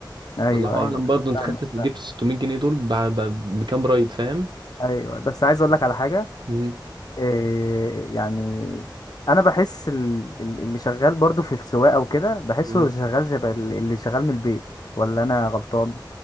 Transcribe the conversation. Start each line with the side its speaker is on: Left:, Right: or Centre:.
Left: ايوه
Right: الله
Left: ايوه
Right: اعلم برضه انت
Left: فاهم
Right: خدت جبت
Left: فاهم.
Right: 600 جنيه دول ب- ب- بكام رايد فاهم
Left: ايوه بس عايز اقول لك على حاجه
Right: مم.
Left: إيه يعني انا بحس ال- ال- اللي شغال برضه في السواقه وكده بحسه
Right: مم.
Left: شغال شبه ال- اللي شغال من البيت ولا انا غلطان